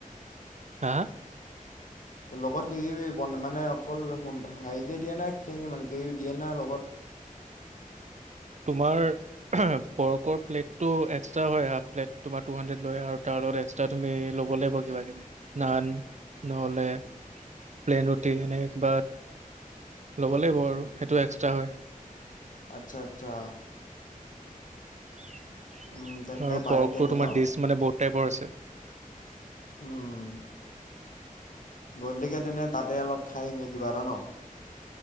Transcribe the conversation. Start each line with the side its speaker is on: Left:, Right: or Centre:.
Right: হা?
Left: লগত কিবা কিবি বন মানে অকল <unintelligible> হাৰি কে দিয়া নে কেনেকে মানে কিবা কিবি দিয়ে না লগত?
Right: তোমাৰ পৰ্কৰ প্লেটটো এক্সট্ৰা হয় হাফ প্লেট তোমাৰ টু হাণ্ড্ৰেড লয়, আৰু তাৰ লগত এক্সট্ৰা তুমি ল'ব লাগিব কিবা কিবি, নান নহ'লে প্লেইন ৰুটি এনে কিবা ল'ব লাগিব আৰু সেইটো এক্সট্ৰা হয়।
Left: আচ্ছা আচ্ছা।
Right: <inaudible>
Left: উম তেনে
Right: আৰু
Left: পাৰি
Right: পৰ্কটো
Left: তেনে
Right: তোমাৰ
Left: ন
Right: ডিচ মানে বহুত টাইপৰ আছে। <unintelligible>
Left: উম গোধিলিকে তেনে তাতে অলপ খাই আহিমগে কিবা এটা ন।